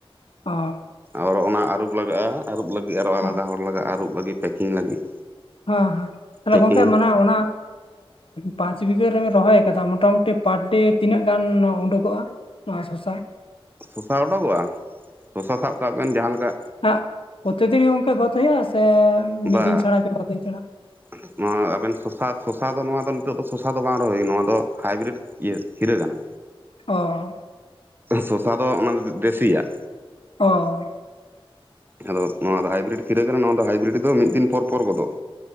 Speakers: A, on the left; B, on the right.
A: ᱚ
B: ᱟᱨ ᱚᱱᱟ ᱟᱹᱨᱩᱵ ᱞᱟᱜᱟᱜᱼᱟ᱾ ᱟᱹᱨᱩᱵ ᱞᱟᱹᱜᱤᱫ ᱟᱨᱚ ᱟᱞᱟᱫᱟ
A: ᱚ
B: ᱦᱚᱲ ᱞᱟᱜᱟᱜᱼᱟ ᱟᱹᱨᱩᱵ ᱞᱟᱹᱜᱤᱫ ᱯᱮᱠᱤᱝ ᱞᱟᱹᱜᱤᱫ᱾
A: ᱦᱮᱸ ᱦᱮᱸ ᱛᱟᱦᱚᱞᱮ
B: ᱯᱮᱠᱤᱝ
A: ᱜᱚᱢᱠᱮ ᱢᱟᱱᱮ ᱚᱱᱟ ᱯᱟᱸᱪ ᱵᱤᱜᱷᱟᱹ ᱨᱮᱢ ᱨᱚᱦᱚᱭ ᱟᱠᱟᱫᱟ ᱢᱳᱴᱟ ᱢᱳᱴᱤ ᱯᱟᱨᱰᱮ ᱛᱤᱱᱟᱹᱜ ᱜᱟᱱ ᱩᱰᱩᱠᱚᱜᱼᱟ᱾ ᱱᱚᱣᱟ ᱥᱚᱥᱟ
B: ᱥᱚᱥᱟ ᱚᱰᱩᱠᱚᱜᱼᱟ ᱥᱚᱥᱟ ᱥᱟᱵ ᱠᱟᱜ ᱵᱮᱱ ᱡᱟᱦᱟᱸ ᱞᱮᱠᱟ
A: ᱦᱮᱸ ᱯᱨᱚᱛᱤ ᱫᱤᱱ ᱜᱮ ᱜᱚᱢᱠᱮ ᱜᱚᱫ ᱦᱩᱭᱩᱜᱼᱟ ᱥᱮ ᱢᱤᱫ
B: ᱵᱟ
A: ᱫᱤᱱ ᱪᱷᱟᱲᱟ ᱜᱮ ᱫᱤᱱ ᱪᱷᱟᱲᱟ?
B: <inaudible> ᱱᱚᱣᱟ ᱟᱵᱮᱱ ᱥᱚᱥᱟ ᱥᱚᱥᱟ ᱫᱚ ᱱᱚᱣᱟ ᱫᱚ ᱱᱤᱛᱚᱜ ᱫᱚ ᱥᱚᱥᱟ ᱫᱚ ᱵᱟᱝ ᱨᱚᱦᱚᱭ ᱦᱩᱭᱩᱜ ᱱᱚᱣᱟ ᱫᱚ ᱦᱟᱭᱵᱨᱤᱰ ᱤᱭᱟᱹ ᱠᱷᱤᱨᱟᱹ ᱠᱟᱱᱟ᱾
A: ᱚ
B: ᱥᱚᱥᱟ ᱫᱚ ᱚᱱᱟ ᱫᱚ ᱫᱮᱥᱤᱭᱟᱜ᱾
A: ᱚ
B: ᱟᱫᱚ ᱱᱚᱣᱟ ᱫᱚ ᱦᱟᱭᱵᱨᱤᱰ ᱠᱷᱤᱨᱟᱹ ᱠᱟᱱᱟ ᱱᱚᱣᱟ ᱫᱚ ᱦᱟᱭᱵᱨᱤᱰ ᱫᱚ ᱢᱤᱫ ᱫᱤᱱ ᱯᱚᱨ ᱯᱚᱨ ᱜᱚᱫᱚᱜ